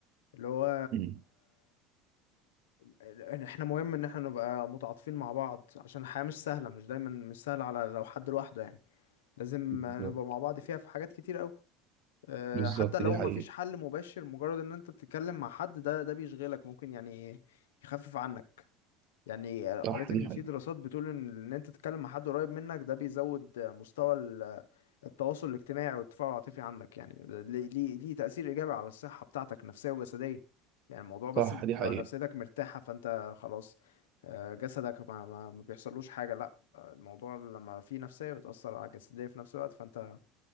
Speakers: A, on the left; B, on the right.
A: اللي هو
B: مم.
A: ان احنا مهم ان احنا نبقى متعاطفين مع بعض عشان الحياة مش سهلة مش دايما مش سهلة على لو حد لوحده يعني لازم
B: بالظبط
A: نبقى مع بعض فيها في حاجات كتير قوي اه،
B: بالظبط،
A: حتى لو
B: دي حقيقة
A: ما فيش حل مباشر مجرد ان انت بتتكلم مع حد ده ده بيشغلك ممكن يعني يخفف عنك يعني قريت
B: صح
A: ان
B: دي حقيقة
A: في دراسات بتقول ان ان انت تتكلم مع حد قريب منك ده بيزود مستوى ال- التواصل الاجتماعي والتفاعل العاطفي عندك يعني ده ليه ليه ليه تأثير ايجابي على الصحة بتاعتك نفسية وجسدية يعني الموضوع بس
B: صح
A: مش
B: دي
A: بيبقى
B: حقيقة
A: نفسيتك مرتاحة فانت خلاص آه، جسدك ما ما ما بيحصلوش حاجة لا آه، الموضوع لما في نفسية بتأثر على الجسدية في نفس الوقت فانت